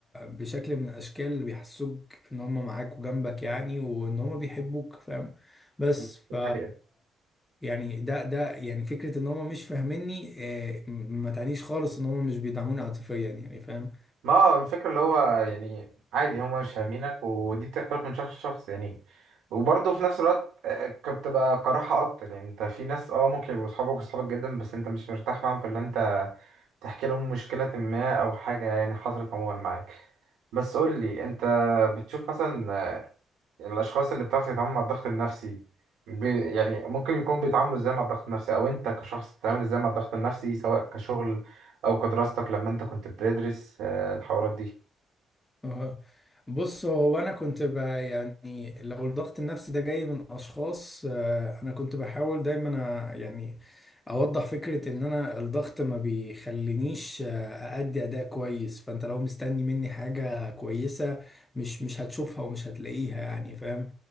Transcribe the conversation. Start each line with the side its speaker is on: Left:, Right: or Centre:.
Left: بشكل من الاشكال اللي بيحسوك ان هم معاك وجنبك يعني وان هم بيحبوك فاهم بس
Right: دي
Left: ف
Right: حقيقة.
Left: يعني ده ده يعني فكره ان هم مش فاهميني آه، ما تعنيش خالص ان هم مش بيدعموني عاطفيا يعني فاهم
Right: ما هو الفكرة اللي هو يعني عادي هما مش فاهمينك ودي بتختلف من شخص لشخص يعني وبرضه في نفس الوقت آه، كنت بقى كراهة أكتر يعني أنت في ناس أه ممكن يبقوا صحابك وصحابك جدا بس أنت مش مرتاح معاهم في اللي أنت تحكي لهم مشكلة ما أو حاجة يعني حصلت عموما معاك بس قول لي أنت بتشوف مثلا آه، الأشخاص اللي بتعرف تتعامل مع الضغط النفسي بي يعني ممكن يكون بيتعاملوا إزاي مع الضغط النفسي أو أنت كشخص بتتعامل إزاي مع الضغط النفسي سواء كشغل أو كدراستك لما أنت كنت بتدرس آه، الحوارات دي
Left: أها. بص هو انا كنت ب- يعني لو الضغط النفسي ده جاي من اشخاص آه، انا كنت بحاول دايما أ- يعني اوضح فكرة ان انا الضغط ما بيخلينيش آه، ادي اداء كويس فانت لو مستني مني حاجة كويسة مش مش هتشوفها ومش هتلاقيها يعني فاهم